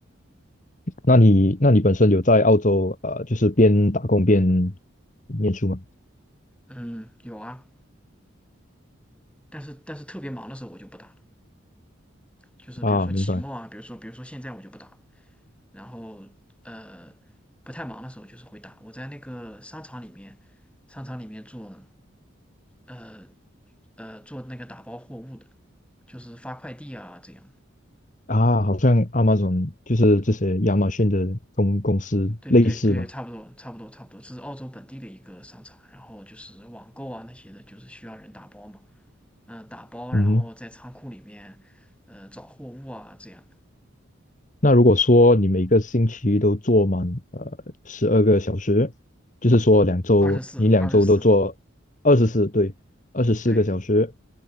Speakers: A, on the left; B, in the centre.
A: 那你那你本身有在澳洲呃，就是边打工边念书吗？
B: 嗯，有啊，但是但是特别忙的时候我就不打了，就是比如说期末啊，
A: 啊，明白
B: 比如说比如说现在我就不打，然后呃，不太忙的时候就是会打。我在那个商场里面，商场里面做呃呃做那个打包货物的，就是发快递啊这样。
A: 啊，好像 Amazon 就是这些亚马逊的公公司类似吧，
B: 对对对对，差不多差不多差不多，这是澳洲本地的一个商场，然后就是网购啊那些的，就是需要人打包嘛，嗯，打包然后在仓库里面，
A: 嗯
B: 呃，找货物啊这样，
A: 那如果说你每个星期都做满呃十二个小时，就是说两周你两周都做二十四，
B: 二十四二十四，
A: 对，二十四个小时，
B: 对，